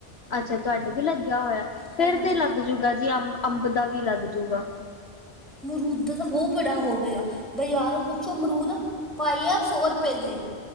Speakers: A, on the left; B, in the centre.
A: ਅਛਾ- ਤੁਹਾਡੇ ਵੀ ਲੱਗਿਆ ਹੋਇਆ, ਫੇਰ
B: ਹਾਂਜੀ
A: ਤੇ ਲੱਗ ਜਾਓਗਾ ਜੀ, ਅੰਬ- ਅੰਬ ਦਾ ਵੀ ਲੱਗ ਜਾਓਗਾ।
B: ਅਮਰੂਦ ਦਾ ਤਾਂ ਬਹੁਤ ਬੜਾ ਹੋ ਗਿਆ। ਬਾਜ਼ਾਰੋ ਪੁੱਛੋ ਅਮਰੂਦ ਪਾਈਆ ਸੌ ਰੁਪਏ ਦੇ।